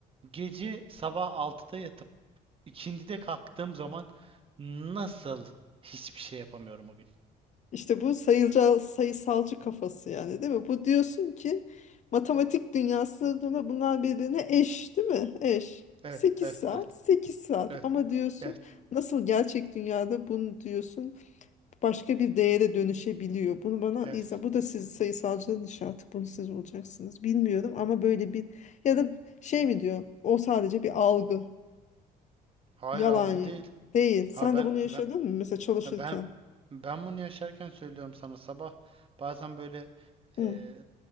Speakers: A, on the right; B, on the left.
A: gece sabah altıda yatıp ikindide kalktığım zaman nasıl hiçbir şey yapamıyorum o gün?
B: İşte bu sayıcal, sayısalcı kafası yani değil mi? Bu diyorsun ki matematik dünyasında bunlar birbirine eş değil mi? Eş.
A: Evet,
B: sekiz
A: evet,
B: saat,
A: evet,
B: 8 saat
A: evet,
B: ama diyorsun
A: evet,
B: nasıl gerçek dünyada bunu diyorsun başka bir değere dönüşebiliyor. Bunu bana
A: evet.
B: izah, bu da siz sayısalcının işi artık bunu siz bulacaksınız. Bilmiyorum ama böyle bir ya da şey mi diyor? O sadece bir algı,
A: Hayır
B: yalan
A: algı
B: ya.
A: değil.
B: değil. Sen
A: Ha ben
B: de bunu yaşadın
A: ben
B: mı mesela çalışırken?
A: Ha, Ben ben bunu yaşarken söylüyorum sana sabah bazen böyle
B: Hı
A: eee,